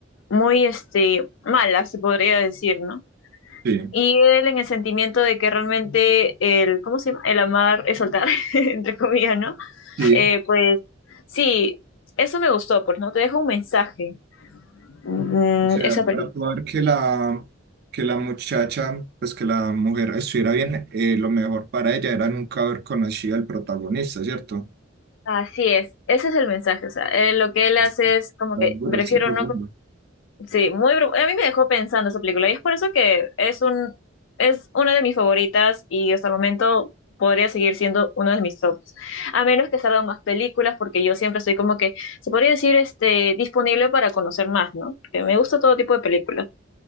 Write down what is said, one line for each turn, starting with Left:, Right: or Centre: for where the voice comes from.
Left: muy, este, mala, se podría decir, ¿no?
Right: sí,
Left: Y él en el sentimiento de que realmente el, ¿cómo se llama? El amar es soltar, <laughs> entre comillas, ¿no?
Right: sí.
Left: Eh, pues sí, eso me gustó, pues, ¿no? Te deja un mensaje, mm,
Right: O sea,
Left: esa película.
Right: para poder que la, que la muchacha, pues que la mujer estuviera bien, eh, lo mejor para ella era nunca haber conocido al protagonista, ¿cierto?
Left: Así es, ese es el mensaje, o sea, eh, lo que
Right: Seguro,
Left: él hace es como
Right: está
Left: que
Right: duro,
Left: prefiero
Right: está profundo.
Left: no Sí, muy, bru- a mí me dejó pensando esa película y es por eso que es un, es una de mis favoritas y hasta el momento podría seguir siendo uno de mis tops. A menos que salgan más películas porque yo siempre estoy como que, se podría decir, este, disponible para conocer más, ¿no? Porque me gusta todo tipo de películas.